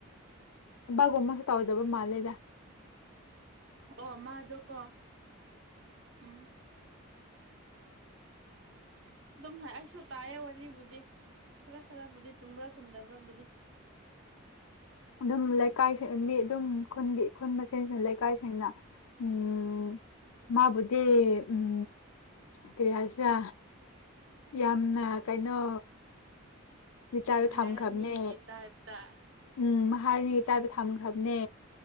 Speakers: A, on the left; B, on the right.
A: ꯕꯒꯨꯝꯃꯁ ꯇꯧꯗꯕ ꯃꯥꯂꯦ
B: ꯑꯣ ꯃꯥꯗ ꯀ ꯎꯝ ꯑꯗꯨꯝ ꯑꯩꯁꯨ ꯇꯥꯏꯌꯦ ꯋꯥꯔꯤꯕꯨꯗꯤ ꯈꯔ ꯈꯔꯕꯨꯗꯤ ꯆꯨꯝꯕ꯭ꯔꯥ ꯆꯨꯝꯗꯕ꯭ꯔꯥꯕꯨꯗꯤ
A: ꯑꯗꯨꯝ ꯂꯩꯀꯥꯏꯁꯤ ꯃꯤ ꯑꯗꯨꯝ ꯈꯨꯟꯒꯤ ꯈꯨꯟ ꯃꯦꯟꯁꯤ ꯂꯩ ꯀꯥꯏ ꯁꯦꯡꯅꯥ ꯎꯝ ꯃꯥꯕꯨꯗꯦ ꯎꯝ ꯀꯔꯤꯌꯥꯆꯥ ꯌꯥꯝꯅ ꯀꯩꯅꯣ ꯃꯤ ꯆꯆꯥꯁꯨ
B: ꯃꯍꯥꯔꯥꯅꯤꯒꯤ
A: ꯊꯝꯈ꯭ꯔꯕꯅꯦ
B: ꯇꯥꯏꯞꯇ
A: ꯎꯝ ꯍꯔꯅꯤꯒꯤ ꯇꯥꯏꯕ ꯊꯝꯃꯟꯈ꯭ꯔꯕꯅꯦ